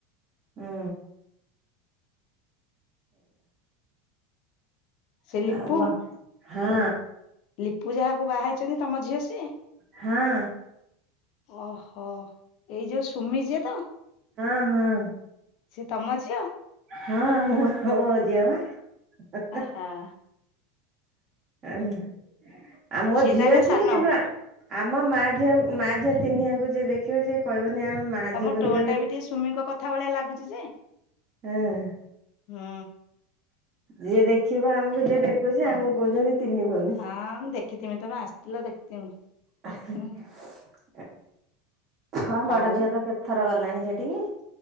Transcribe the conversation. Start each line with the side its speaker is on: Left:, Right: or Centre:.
Right: ଉଁ।
Left: ସେ
Right: ସେଇଆ
Left: ଲିପୁ
Right: ଆଉ ମ୍ ହଁ।
Left: ଲିପୁ ଯାହାକୁ ବାହାହେଇଛନ୍ତି ତମ ଝିଅ ସିଏ।
Right: ହଁ।
Left: ଅହଁ ଏଇ ଯୋଉ ସୁମି ଯିଏ ତ।
Right: ହଁ ହଁ।
Left: ସିଏ ତମ ଝିଅ?
Right: ହଁ ହଁ ମୋ ଝିଅ ପା।
Left: <unintelligible>
Right: ଆଃ ଆଉ ମୋ
Left: ସିଏ
Right: ଝିଅ
Left: ତାହେଲେ
Right: ଯେ
Left: ସାନ?
Right: କିନ୍ତୁ ଆ ଆମ ମା ଝିଅ ମା ଝିଅ ତିନିହାଙ୍କୁ ଯିଏ ଦେଖିବ ସିଏ କହିବନି ଆମେ ମା
Left: ତମ
Right: ଝିଅ ବୋଲି
Left: ଟୋନ୍
Right: କହିବେ
Left: ଟା ବି ଟିକେ ସୁମିଙ୍କ କଥା ଭଳିଆ ଲାଗୁଛି ଯେ
Right: ହଁ
Left: ହୁଁ
Right: ଯିଏ ଦେଖିବ ଆମୁକୁ ଯିଏ ଦେଖୁଛି ଆମକୁ କହୁଛନ୍ତି ତିନି ଭଉଣୀ
Left: ହଁ ମୁଁ ଦେଖିଥିମି ତମେ ଆସିଥିଲ ଦେଖିଥିମି।
Right: <unintelligible>
Left: ହୁଁ ହୁଁ
Right: ହଁ ବଡ
Left: ଆଉ
Right: ଝିଅ ତ କେତେ ଥର ଗଲାଣି ସେଠିକି।